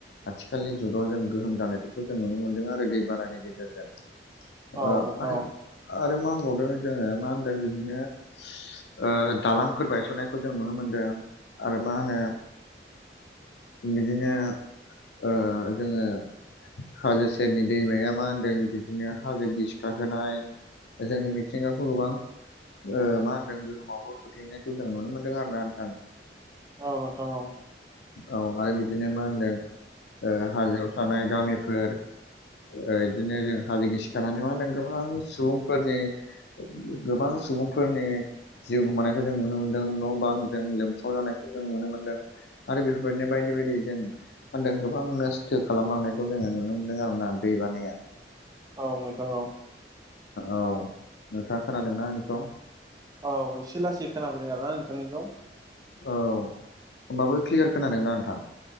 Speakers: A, on the left; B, on the right.
A: आथिखालनि जुगाव जों गोहोम जानायफोरखौ जों नुनो मोन्दों आरो दै बानानि गेजेरजों अ
B: औ नोंथां
A: आरो
B: औ
A: आरो मा होनबावदों जोङो मा होनदों बिदिनो ओ दालांफोर बायस'नायखौ जों नुनो मोनदों आरो मा होनो बिदिनो ओ जोङो हाजो सेरनि दैमाया मा होनदों बिदिनो हाजो गिसिखा होनाय जोंनि मिथिंगाखौ गोबां ओ मा होनदों गोहोमावबो खोख्लैनायखौ जों नुनो मोन्दों आरो ना नोंथां
B: औ नोंथां औ
A: औ आरो बिदिनो मा होनदों ओ हाजोआव थानाय गामिफोर ओ बिदिनो जों हाजो गिसिखानानै मा होनदों गोबां सुबुंफोरनि गोबां सुबुं फोरनि जिउ गोमानायखौ जों नुनो मोन्दों न' बां जों लोमसाव जानायखौ जों नुनो मोन्दों आरो बेफोरबायदिनो बायदि बायदि जों मा होनदों गोबां नस्थ' खालामलांनायखौ जोङो नुनो मोन्दों आरो ना दै बानाया
B: औ नोंथां औ
A: औ नोंथा खोनादोंना आंनिखौ
B: औ एसे लासै खोनाफैदों आरोना नोंथांनिखौ
A: औ होमबाबो क्लियार खोनादोंना नोंथां